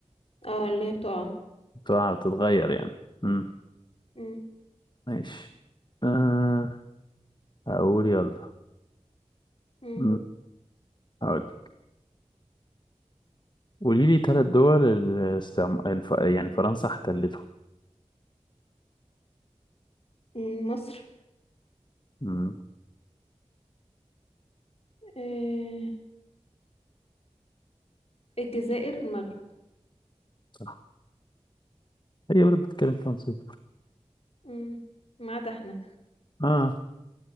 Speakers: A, on the left; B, on the left.
A: اه اللي هي بتقع
B: بتوعها بتتغير يعني امم
A: مم.
B: ماشي أه هقول يلا
A: مم.
B: أمم، هقول قولي لي ثلاث دول الاستعم... الف... يعني فرنسا احتلته
A: مم. مصر
B: امم
A: آه، الجزائر المغرب
B: صح هي بلد بتتكلم فرنسي
A: مم. ما عدا احنا
B: اه